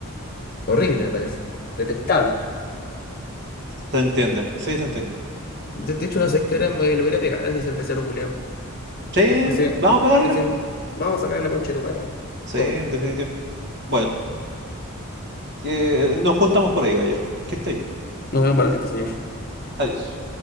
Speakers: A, on the left; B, on the right.
A: horrible, me parece. Detestable.
B: se entiende. Sí, se entiende.
A: De, de hecho, no sé qué hora me lo voy a ir a pegar a ese cervecero culiao.
B: Sí,
A: Ese,
B: vamos a pegarle.
A: ese, vamos a sacar la concha de tu madre.
B: Sí,
A: Go.
B: en definitiva. Bueno, que nos juntamos por ahí, ayer Que esté bien.
A: Nos vemos un ratito, señor.
B: Adiós.